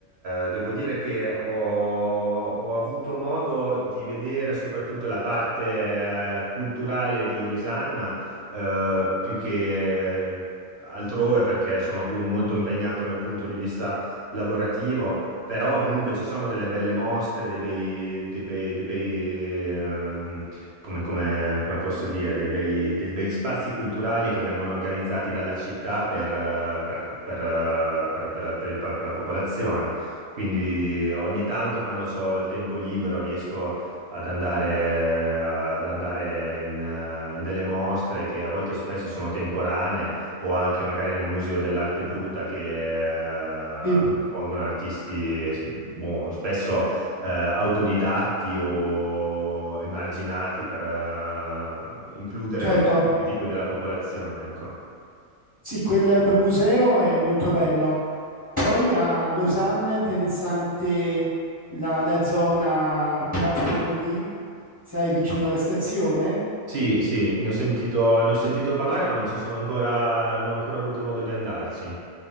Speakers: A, on the right (about 60°); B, on the left (about 25°).
A: eh, devo dire che ho, ho avuto modo di vedere soprattutto la parte, eh, culturale di Losanna, eh, più che altrove perché sono appunto molto impegnato dal punto di vista lavorativo. Però comunque ci sono delle belle mostre, dei bei, dei bei, dei bei, ehm, come, come- come posso dire, dei bei- degli bei spazi culturali che vengono organizzati dalla città per, eh, per- per, eh, per- per la per il- per la popolazione. Quindi ogni tanto quando ho il tempo libero riesco ad andare, ad andare in, eh, in delle mostre che a volte spesso sono temporanee o anche magari nel Museo dell'Arte Bruta che
B: Sì,
A: eh, espongono artisti, boh, spesso eh, autodidatti o emarginati per eh, includere
B: certo.
A: un tipo della popolazione, ecco.
B: Sì, quel, quel museo è molto bello. Poi a Losanna è interessante la, la zona Platform D, sai, vicino alla stazione,
A: Sì, sì, ne ho sentito, ne ho sentito parlare, ma non ci sono ancora, non ho ancora avuto modo di andarci.